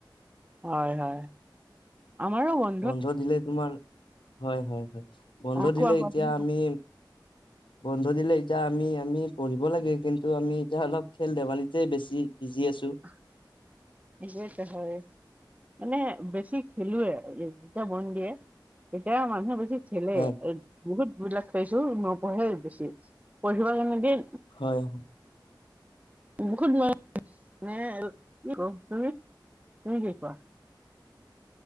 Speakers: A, on the right; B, on the left.
A: হয়, হয়। আমাৰো বন
B: বন্ধ দিলে তোমাৰ, হয়, হয়, হয়। বন্ধ
A: অ কোৱা
B: দিলে
A: কোৱা
B: এতিয়া
A: তুমি
B: আমি বন্ধ দিলে এতিয়া আমি আমি পঢ়িব লাগে, কিন্তু আমি এতিয়া অলপ খেল ধেমালিতে বেছি বিজি আছো।
A: <unintelligible> মানে বেছি খেলোৱেই। উ। তিয়া বন দিয়ে, তেতিয়া মানুহে বেছি খেলে।
B: হয়
A: এই বহুত বিলাক পাইছো নপঢ়েই বেছি। পঢ়িব কাৰণে দিয়ে
B: হয়।
A: বহুত <unintelligible> তুমি, তুমি কি কোৱা?